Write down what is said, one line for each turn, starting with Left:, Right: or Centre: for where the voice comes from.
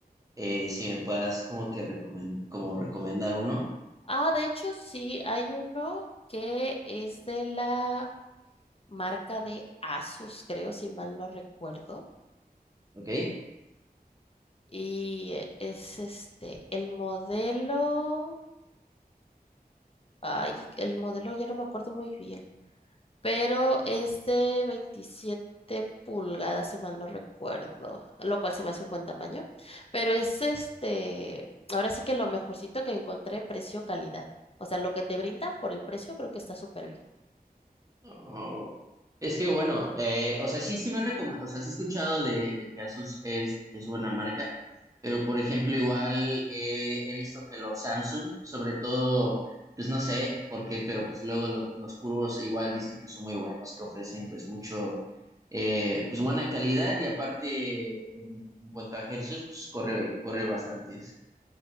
Right: eh, si me puedas como que recomen- como recomendar uno,
Left: Ah, de hecho, sí, hay uno que es de la marca de Asus, creo, si mal no recuerdo.
Right: ¿ok?
Left: Y es este, el modelo. Ay, el modelo ya no me acuerdo muy bien, pero es de 27 pulgadas, si mal no recuerdo, lo cual se me hace un buen tamaño, pero es este, ahora sí que lo mejorcito que encontré, precio-calidad. O sea, lo que te brinda por el precio creo que está súper bien.
Right: Oh, Es que bueno, eh, o sea, sí, sí me recomiendo, o sea, sí he escuchado de, de que Asus es, es buena marca, pero por ejemplo, igual eh, he visto que los Samsung, sobre todo, pues no sé por qué, pero pues luego lo- los curvos igual dicen que son muy buenos, que ofrecen pues mucho, eh, pues buena calidad y aparte en, en cuanto a hercios, pues corre, corre bastante.